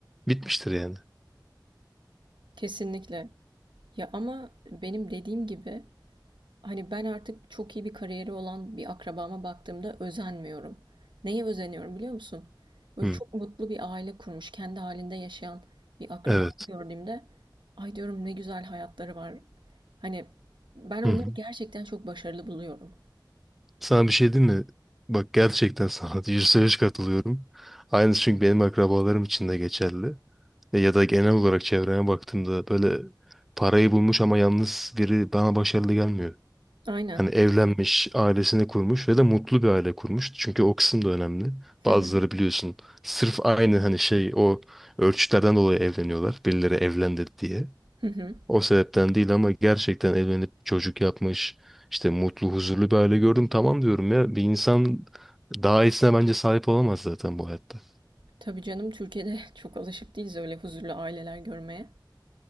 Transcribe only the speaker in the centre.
bitmiştir yani.
Hı,
evet.
Hı hı.
Sana bir şey diyeyim mi? Bak gerçekten sana <laughs> yüzde yüz katılıyorum. Aynısı çünkü benim akrabalarım için de geçerli. E, ya da genel olarak çevreme baktığımda böyle parayı bulmuş ama yalnız biri bana başarılı gelmiyor.
Hani evlenmiş, ailesini kurmuş ve de mutlu bir aile kurmuş. Çünkü o kısım da önemli.
Bazıları
biliyorsun sırf aynı hani şey o ölçütlerden dolayı evleniyorlar. Birileri evlendi diye.
O sebepten değil ama gerçekten evlenip çocuk yapmış. işte mutlu, huzurlu bir aile gördüm. Tamam diyorum ya bir insan daha iyisine bence sahip olamaz zaten bu hayatta.